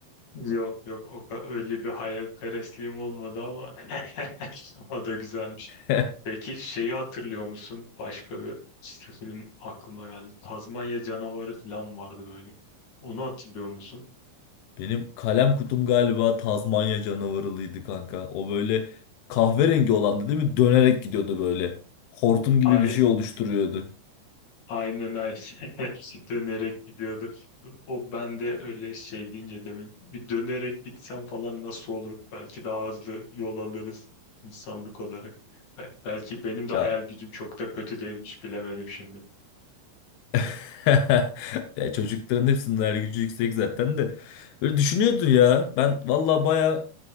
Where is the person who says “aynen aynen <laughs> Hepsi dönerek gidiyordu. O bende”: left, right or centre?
Left